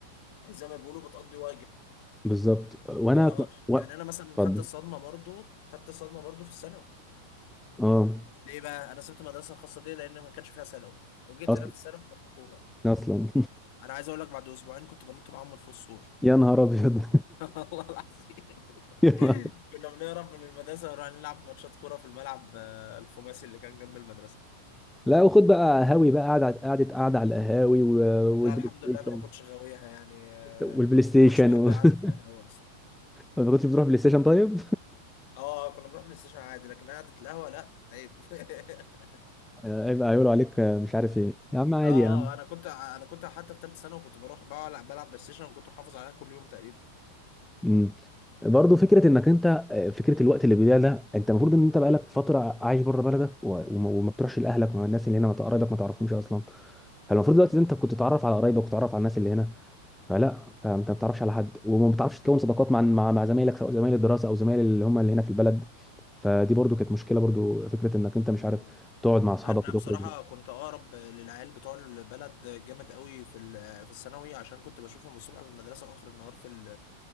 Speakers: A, on the left (about 50°); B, in the centre.
A: زي ما بيقولوا بتقضي واجب
B: بالظبط وانا
A: اه
B: ك-
A: آه.
B: و...
A: يعني انا مثلا
B: اتفضل
A: خدت الصدمه برضو خدت الصدمه برضو في الثانوي
B: اه
A: ليه بقى انا سبت المدرسه الخاصه دي لان ما كانش فيها ثانوي وجيت
B: اصلا
A: انا في الثانوي في الحكومه
B: اصلا <laughs>
A: انا عايز اقول لك بعد اسبوعين كنت بنط معاهم من فوق السور
B: يا نهار ابيض
A: <laughs> والله العظيم
B: <laughs> يا
A: <laughs>
B: نهار.
A: كنا بنهرب من المدرسه ونروح نلعب ماتشات كوره في الملعب آه، الخماسي اللي كان جنب المدرسه
B: لا وخد بقى هاوي بقى قاعده قاعده قاعده على القهاوي و- والبلاي
A: لا الحمد
B: ستيشن
A: لله انا ما كنتش غاويها يعني آه،
B: والبلاي
A: ما
B: ستيشن
A: كنتش بحب
B: و...
A: قعده
B: <laughs>
A: القهوه اصلا
B: ما كنتش بتروح بلاي ستيشن طيب
A: اه كنا بنروح بلاي ستيشن عادي لكن قعده القهوه لا عيب <laughs>
B: <laughs> آه، هيبقى هيقولوا عليك آه، مش عارف ايه يا عم عادي
A: اه
B: يا عم
A: اه انا كنت انا كنت حتى في ثالثه ثانوي كنت بروح بقى ألعب- بلعب بلاي ستيشن وكنت محافظ عليها كل يوم تقريبا
B: امم برضه فكره انك انت آه، فكره الوقت اللي بيضيع ده انت المفروض ان انت بقالك فتره عايش بره بلدك و... وما وما بتروحش لاهلك مع الناس اللي هنا ما قرايبك ما تعرفهمش اصلا فالمفروض
A: م-
B: دلوقتي إن انت كنت تتعرف على قرايبك وتتعرف على الناس اللي هنا فلا فانت ما بتعرفش على حد وما بتعرفش تكون صداقات مع مع مع زمايلك سواء زمايل الدراسه او زمايل اللي هم اللي هنا في البلد فدي برضو كانت مشكله برضو فكره انك انت
A: م-
B: مش عارف
A: م-
B: تقعد مع اصحابك
A: انا
B: وتخرج
A: بصراحه كنت اقرب للعيال بتوع البلد جامد قوي في ال- في الثانوي عشان كنت بشوفهم الصبح في المدرسه واخر النهار في ال